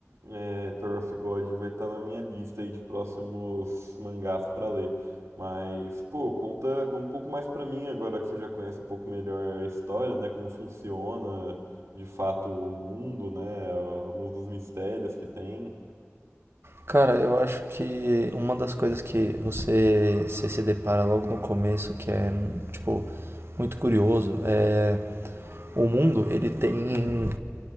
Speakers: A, on the right; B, on the right.
A: é, Tower of God vai estar na minha lista aí de próximos mangás pra ler. Mas, pô, conta, conta um pouco mais pra mim agora que você já conhece um pouco melhor a história, né? Como funciona de fato o mundo, né? Alguns dos mistérios que tem.
B: Cara, eu acho que uma das coisas que você se, se depara logo no começo, que é, tipo, muito curioso, é o mundo, ele tem,